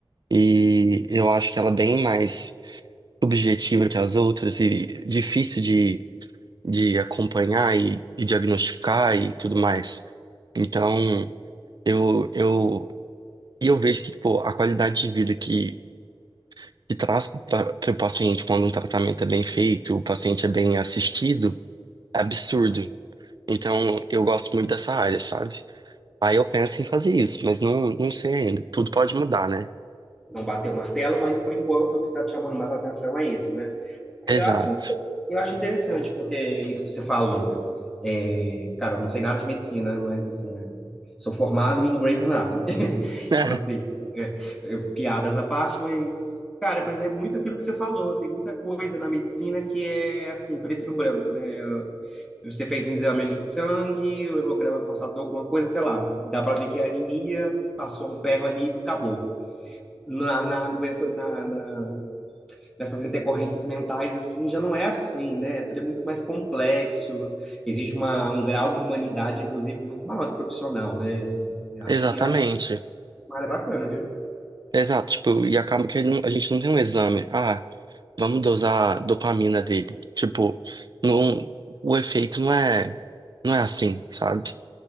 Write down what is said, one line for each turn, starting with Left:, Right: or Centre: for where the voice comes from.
Right: E eu acho que ela é bem mais subjetiva que as outras e difícil de, de acompanhar e, e diagnosticar e tudo mais. Então, eu, eu, e eu vejo que, pô, a qualidade de vida que, que traz para o paciente quando um tratamento é bem feito, o paciente é bem assistido, é absurdo. Então, eu gosto muito dessa área, sabe? Aí eu penso em fazer isso, mas não, não sei ainda. Tudo pode mudar, né?
Centre: não bater o martelo, mas por enquanto o que está te chamando mais atenção é isso, né? Eu
Right: Exato.
Centre: acho, eu acho interessante, porque isso que você falou. É, cara, eu não sei nada de medicina, mas assim, é, sou formado em Grey's Anatomy. <laughs>
Right: É,
Centre: Então, assim, é, eu- piadas à parte, mas, cara, mas é muito aquilo que você falou. Tem muita coisa na medicina que é assim, preto no branco, né? Você fez um exame ali de sangue, o hemograma constatou alguma coisa, sei lá, dá pra ver que é anemia, passou um ferro ali e acabou na, na doença, na, na- nessas intercorrências mentais, assim, já não é assim, né? Tudo é muito mais complexo, exige uma, um grau de humanidade, inclusive, muito maior do profissional, né? Acho
Right: exatamente.
Centre: que acho uma área bacana, viu?
Right: Exato. Tipo, e acaba que ele não- a gente não tem um exame. Ah, vamos dosar a dopamina dele. Tipo, não, o efeito não é, não é assim, sabe?